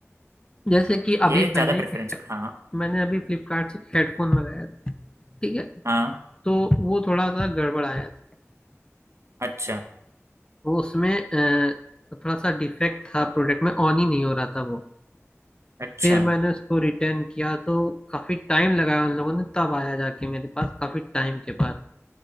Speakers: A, on the left (about 20°); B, on the right (about 70°).
A: जैसे कि अभी
B: ये ज़्यादा
A: मैंने एक
B: प्रेफरेंस हाँ
A: मैंने अभी फ्लिपकार्ट से हेडफोन मंगाया था ठीक है
B: हाँ
A: तो वो थोड़ा सा गड़बड़ आया था
B: अच्छा
A: वो उसमें अ, थोड़ा सा डिफेक्ट था प्रोडक्ट में ऑन ही नहीं हो रहा था वो
B: अच्छा
A: फिर मैंने उसको रिटर्न किया तो काफी टाइम लगाया उन लोगों ने तब आया जाके मेरे पास काफी टाइम के बाद